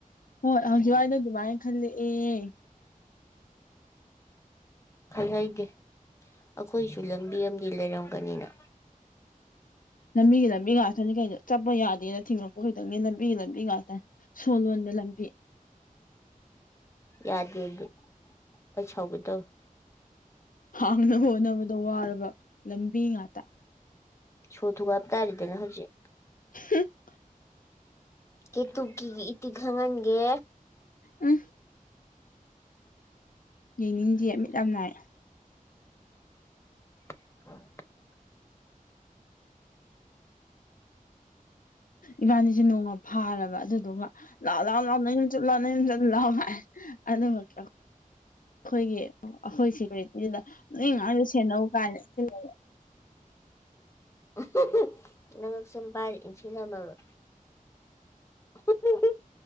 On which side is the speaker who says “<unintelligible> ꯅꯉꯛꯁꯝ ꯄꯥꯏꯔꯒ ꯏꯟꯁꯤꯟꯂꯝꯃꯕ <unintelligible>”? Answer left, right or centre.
Left